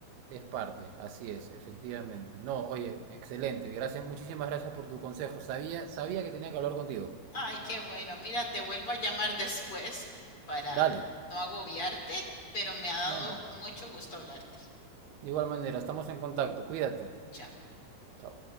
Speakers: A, on the right; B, on the left.
A: Es parte, así es, efectivamente. No, oye, excelente. Gracias, muchísimas gracias por tu consejo. Sabía, sabía que tenía que hablar contigo.
B: Ay, qué bueno. Mira, te vuelvo a llamar después para
A: Dale.
B: no agobiarte, pero me ha dado
A: No, no, no.
B: mucho gusto hablarte.
A: De igual manera, estamos en contacto. Cuídate.
B: Chao.
A: Chao.